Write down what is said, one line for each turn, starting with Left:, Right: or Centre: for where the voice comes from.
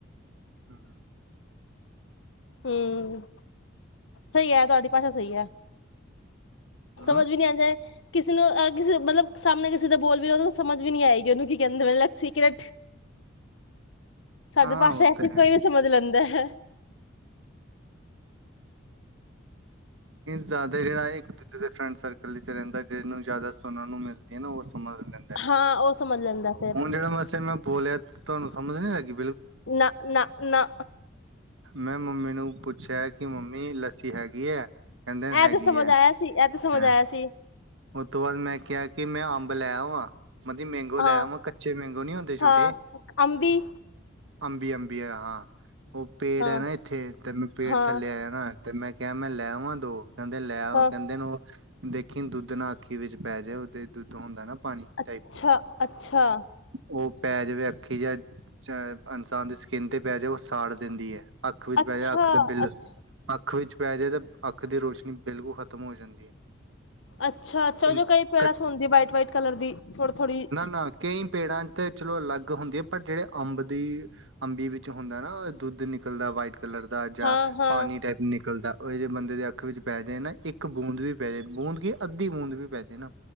Right: ਹਾਂ।
Left: ਹਮ, ਸਹੀ ਹੈ ਤੁਹਾਡੀ ਭਾਸ਼ਾ ਸਹੀ ਹੈ। ਸਮਝ
Right: ਹੂੰ,
Left: ਵੀ ਨਹੀਂ ਆ ਜਾਏ, ਕਿਸ। ਕਿਸੇ ਨੂੰ ਕਿਸੇ ਮਤਲਬ, ਸਾਹਮਣੇ ਕਿਸੇ ਦਾ ਬੋਲ ਵੀ ਉਹਨੂੰ ਸਮਝ ਵੀ ਨੀ ਆਏਗੀ ਉਹਨੂੰ ਕੀ ਕਿੰਦੇ ਪਏ ਸੀ ਕਿ ਸਾਡੀ
Right: ਹਾਂ
Left: ਭਾਸ਼ਾ
Right: ਉਹ
Left: ਐਸੀ,
Right: ਤੇ
Left: ਕੋਈ
Right: ਹੈ
Left: ਵੀ ਸਮਝ ਲੈਂਦਾ ਹੈ।
Right: ਕੀ ਜ਼ਦਾਏ ਫਰੈਂਡ ਸਰਕਲ ਵਿੱਚ ਰਹਿੰਦਾ, ਜਿਹਨ ਨੂੰ ਜ਼ਿਆਦਾ ਸੁਣਨਾ ਨੂੰ ਮਿਲਦੀ ਹੈ ਨਾ ਉਸ। ਲੈਂਦਾ
Left: ਹਾਂ ਉਹ ਸਮਝ ਲੈਂਦਾ ਫਿਰ
Right: ਹੁਣ ਜਿਹੜਾ ਮਸੇ ਮੈਂ ਬੋਲਿਆ ਤਹਾਨੂੰ ਸਮਝ ਨੀ ਲਗੀ।
Left: ਨਾ, ਨਾ, ਨਾ।
Right: ਮੈਂ ਮੰਮੀ ਨੂੰ ਪੁੱਛਿਆ, ਕਿ ਮੰਮੀ ਲੱਸੀ ਹੈਗੀ ਹੈ। ਕਹਿੰਦੇ ਨੇ
Left: ਇਹ
Right: ਹੈਗੀ
Left: ਤੇ ਸਮਝ
Right: ਹੈ,
Left: ਆਇਆ ਸੀ ਇਹ ਤੇ ਸਮਝ
Right: ਹੰ
Left: ਆਇਆ ਸੀ
Right: ਉਸ ਤੋਂ ਬਾਅਦ ਮੈਂ ਕਿਹਾ ਕਿ, ਮੈਂ ਅੰਬ ਲੈ ਆਵਾਂ? ਮਤਦੀ ਮੈਂਗੋ
Left: ਹਾਂ
Right: ਲੈ ਕੱਚੇ ਮੈਂਗੋ ਨੀ ਹੁੰਦੇ ਛੋਟੇ
Left: ਹਾਂ ਅੰਬੀ
Right: ਅੰਬੀ ਅੰਬੀ ਹਾਂ। ਉਹ ਪੇੜ
Left: ਹਾਂ
Right: ਹੈ ਨਾ ਇੱਥੇ ਤੇ ਮੈਂ ਪੇੜ
Left: ਹਾਂ
Right: ਥੱਲੇ ਆਇਆ ਨਾ ਤੇ ਮੈਂ ਕਿਹਾ ਮੈਂ ਲੈ ਆਵਾ ਉਨ੍ਹਾਂ ਤੋਂ ਕਹਿੰਦੇ ਲੈ
Left: ਹਾਂ
Right: ਕਹਿੰਦੇ ਨੂੰ ਦੇਖੀ ਦੁੱਧ ਨਾ ਅੱਖੀ ਵਿੱਚ ਪੈ ਜਾਏ ਉਹ ਦੁੱਧ ਹੁੰਦਾ ਨਾ ਪਾਣੀ
Left: ਅੱਛਾ
Right: ਟਾਈਪ
Left: ਅੱਛਾ
Right: ਉਹ ਪੈ ਅੱਖੀ ਜਿ ਇਨਸਾਨ ਦੀ ਸਕਿੰਨ 'ਤੇ ਪੈ ਜਾਵੇ ਉਹ ਸਾੜ ਦਿੰਦੀ ਹੈ। ਅੱਖ ਵਿੱਚ
Left: ਅੱਛਾ
Right: ਪੈ ਜਾ ਅੱਖ ਤੇ ਬਿੱਲ
Left: ਅੱਛ
Right: ਅੱਖ ਅੱਖ ਵਿਚ ਪੈ ਜਾਏ ਤਾਂ ਅੱਖ ਅੱਖ ਦੀ ਰੋਸ਼ਨੀ ਬਿਲਕੁਲ ਖ਼ਤਮ ਹੋ ਜਾਂਦੀ ਹੈ।
Left: ਅੱਛਾ ਅੱਛਾ ਉਹ
Right: ਇਨ-
Left: ਜੋ ਕਈ ਪੇੜਾਂਸ
Right: ਕ-
Left: ਹੁੰਦੀ ਵਾਈਟ ਵਾਈਟ ਕਲਰ ਦੀ ਥੋੜੀ ਥੋੜੀ
Right: ਨਾ ਨਾ ਕਈ ਪੇੜਾਂ ਤੇ ਚਲੋ ਅਲੱਗ ਹੁੰਦੀ ਹੈ ਪਰ ਜਿਹੜੇ ਅੰਬ ਦੀ ਅੰਬੀ ਵਿੱਚ ਹੁੰਦਾ ਨਾ ਦੁੱਧ ਨਿਕਲਦਾ ਵਾਈਟ ਕਲਰ ਦਾ ਜਾਂ
Left: ਹਾਂ ਹਾਂ
Right: ਪਾਣੀ ਟਾਈਪ ਨਿਕਲਦਾ ਉਹ ਜੇ ਬੰਦੇ ਦੇ ਅੱਖ ਵਿੱਚ ਪੈ ਜਾਏ ਨਾ ਇੱਕ ਬੂੰਦ ਵੀ ਪੈ ਜਾਏ ਬੂੰਦ ਕੀ ਅੱਧੀ ਬੂੰਦ ਵੀ ਪੈ ਜਾਏ ਨਾ